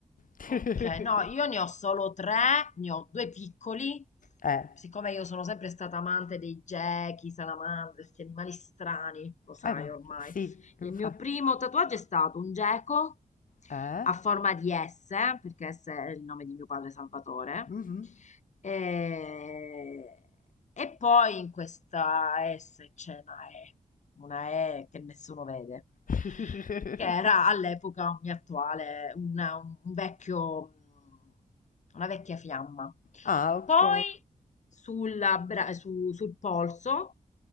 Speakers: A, on the left (about 90°); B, on the left (about 60°).
A: <laughs>
B: Ok, no, io ne ho solo tre, ne ho due piccoli.
A: Eh,
B: Siccome io sono sempre stata amante dei gechi, salamandre, questi animali strani, lo sai
A: eh, ma-
B: ormai.
A: sì, infatti.
B: Il mio primo tatuaggio è stato un geco
A: Eh?
B: a forma di S, perché S è il nome di mio padre Salvatore.
A: Mhm.
B: E, e poi in questa S c'è una E, una E che nessuno vede,
A: <laughs>
B: che era all'epoca un mio attuale, una- un vecchio, mm, una vecchia fiamma.
A: Ah, ok.
B: Poi sulla bra- su- sul polso,